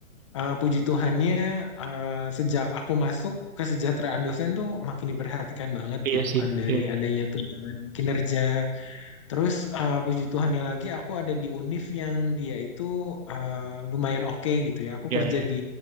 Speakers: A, on the left; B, on the right.
A: Eh, puji Tuhannya, eh, sejak aku masuk kesejahteraan dosen tuh makin diperhatikan banget
B: Iya
A: gitu
B: sih.
A: kan dari
B: Iya, iya.
A: adanya tunjangan kinerja. Terus eh, puji Tuhannya lagi aku ada di UNIF yang dia itu eh, lumayan oke gitu ya. Aku
B: Iya,
A: kerja
B: iya.
A: di